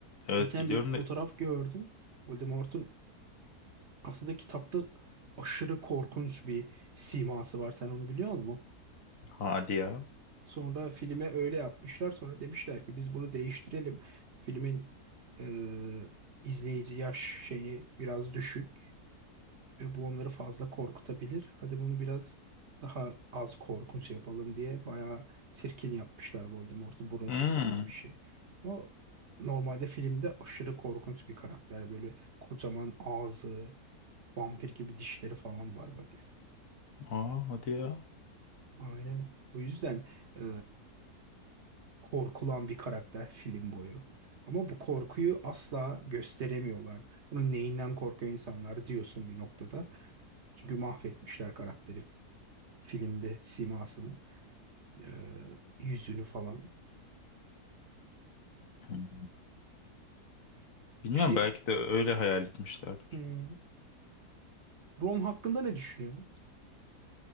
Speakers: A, on the left; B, on the right.
A: Evet
B: Geçen
A: biliyorum
B: bir fotoğraf
A: da.
B: gördüm. Voldemort'un aslında kitapta aşırı korkunç bir siması var. Sen onu biliyor musun?
A: Hadi ya.
B: Sonra filme öyle yapmışlar. Sonra demişler ki biz bunu değiştirelim. Filmin e, izleyici yaş şeyi biraz düşük. ve bu onları fazla korkutabilir. Hadi bunu biraz daha az korkunç yapalım diye bayağı sirkin yapmışlar Voldemort'u burunsuz
A: Hmm.
B: falan bir şey. O normalde filmde aşırı korkunç bir karakter. Böyle kocaman ağzı, vampir gibi dişleri falan var böyle.
A: Aa, hadi ya.
B: Aynen. O yüzden e, korkulan bir karakter film boyu. Ama bu korkuyu asla gösteremiyorlar. Bunun neyinden korkuyor insanlar diyorsun bir noktada. Çünkü mahvetmişler karakteri filmde simasını. Ee, yüzünü falan.
A: Hmm. Bilmiyorum
B: Şey
A: belki de öyle hayal etmişlerdir.
B: hmm, Ron hakkında ne düşünüyorsun?